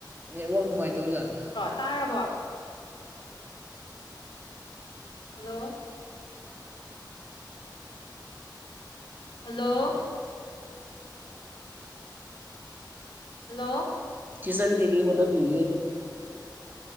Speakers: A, on the right; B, on the left.
A: ꯅꯦꯠꯋꯥꯛ ꯅꯨꯡꯉꯥꯏꯇꯕꯖꯥꯠꯂ
B: ꯇꯥꯔꯕꯣ ꯍꯜꯂꯣ ꯍꯜꯂꯣ ꯍꯜꯂꯣ
A: ꯆꯤꯁꯔꯤꯒ ꯀ ꯍꯣꯅ ꯕꯤꯔꯤꯌꯦ